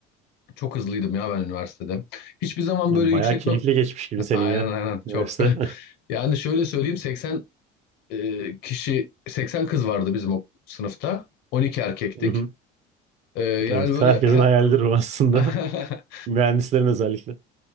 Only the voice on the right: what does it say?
Ya
bayağı keyifli
geçmiş
gibi senin
ya
üniversite.
<laughs>
Hı hı.
Evet,
herkesin hayalidir bu aslında.
<laughs> Mühendislerin özellikle.